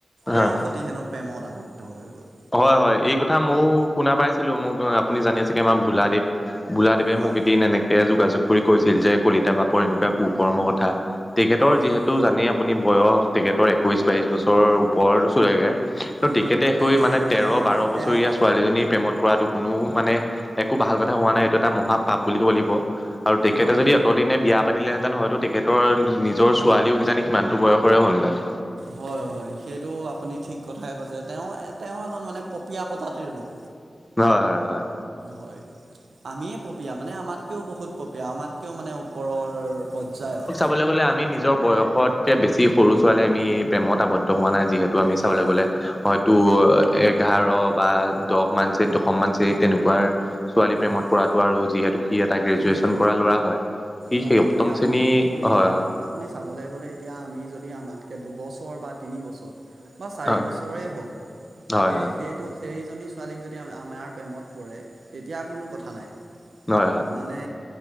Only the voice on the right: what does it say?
তেওঁৰ সৈতে হেনো প্ৰেমত আৱদ্ধ হৈ গ'ল
হয়
হয়
হয়
এই
তেওঁতো
তেওঁতো
হয়
হয়
হয় হয় সেইটো আপুনি ঠিক কথাই কৈছে তেওঁ তেওঁ এজন মানে পপিয়া প্ৰজাতিৰ লোক
হয় আমিয়ে পপিয়া মানে আমাতকৈও বহুত পপি পপিয়া মাতকৈও মানে ওপৰৰ পৰ্যায়ৰ।
হয়
হয়
সেইটো
নহয়
এতিয়া আপুনি
আপুনি
আপুনি চাবলে গ'লে এতিয়া আমি যদি আমাতকৈ দুবছৰ বা তিনিবছৰ বা চাৰি
বছৰেই হওক
সেই সেই তো সেইজনী ছোৱালীক যদি আমাৰ প্ৰেমত পৰে তেতিয়া কোনো কথা নাই
মানে